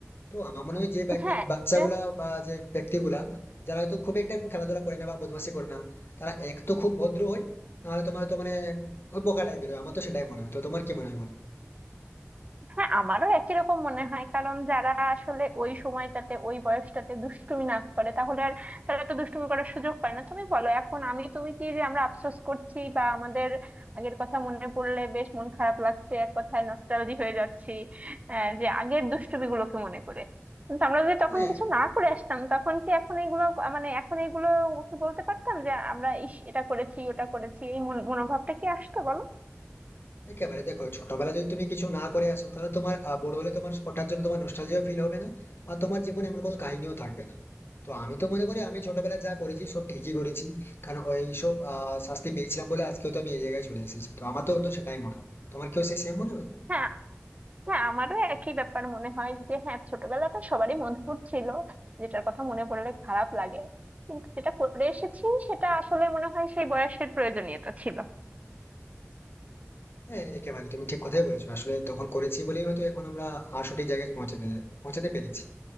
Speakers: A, on the left (about 50°); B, on the right (about 30°).
A: তো আমার মনে হয় যে ব্যক্তি-
B: হ্যাঁ
A: বাচ্চাগুলা
B: এটা
A: বা যে ব্যক্তিগুলা যারা হয়তো খুব একটা এখন খেলাধুলা করে না বা বদমাশি করে না তারা এক তো খুব ভদ্র হয় নাহলে তোমার তো মানে ওই বোকা টাইপের হয়। আমার তো সেটাই মনে হয় তো তোমার কি মনে হয় বলো
B: হ্যাঁ আমারও একই রকম মনে হয় কারণ যারা আসলে ওই সময়টাতে ওই বয়সটাতে দুষ্টুমি না করে তাহলে আর তারা তো দুষ্টুমি করার সুযোগ পায় না তুমি বলো এখন আমি তুমি কি যে আমরা আফসোস করছি বা আমাদের আগের কথা মনে পড়লে বেশ মন খারাপ লাগছে এক কথায় নস্টালজি হয়ে যাচ্ছি আহ, যে আগের দুষ্টুমি গুলোকে মনে করে কিন্তু আমরা যদি তখন
A: হ্যাঁ
B: কিছু না করে আসতাম তখন কি এখন এইগুলো মানে এখন এইগুলো কি বলতে পারতাম যে আমরা ইস এটা করেছি ওটা করেছি এই মন- মনোভাবটা কি আসতো বলো
A: একেবারে দেখো ছোটবেলায় যদি তুমি কিছু না করে আসো তাহলে তোমার আহ, বড় হলে তোমার ওটার জন্য তোমার নস্টালজিয়া ফিল হবে না বা তোমার জীবনে এমন কোনো কাহিনীও থাকবে না তো আমি তো মনে করি আমি ছোটবেলায় যা করেছি সব ঠিকই করেছি কারণ ওই সব আহ শাস্তি পেয়েছিলাম বলে আজকেও তো আমি এই জায়গায় চলে এসেছি তো আমার তো তো সেটাই মনে হয় তোমার কেউ সেই সেম মনে হয়
B: হ্যাঁ হ্যাঁ আমারও একই ব্যাপার মনে হয় যে হ্যাঁ ছোটবেলাটা সবারই মধুর ছিল যেটার কথা মনে পড়লে খারাপ লাগে কিন্তু যেটা করে এসেছি সেটা আসলে মনে হয় সেই বয়সের প্রয়োজনীয়তা ছিল
A: হ্যাঁ একেবারে তুমি ঠিক কথাই বলেছো আসলে তখন করেছি বলেই হয়তো এখন আমরা আহ, সঠিক জায়গায় পৌঁছাতে পৌঁছাতে পেরেছি